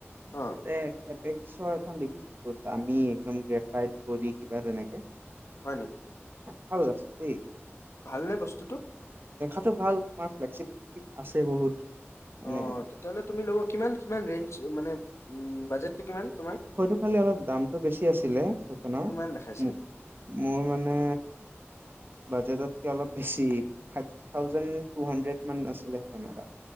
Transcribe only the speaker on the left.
অ',
হয়ঁ নেকি?
ভালনে বস্তুটো
অ', তেতিয়াহ'লে তুমি ল'ব কিমান কিমান ৰেঞ্জ মানে বাজেটটো কিমান তোমাৰ?
কিমান দেখাইছিল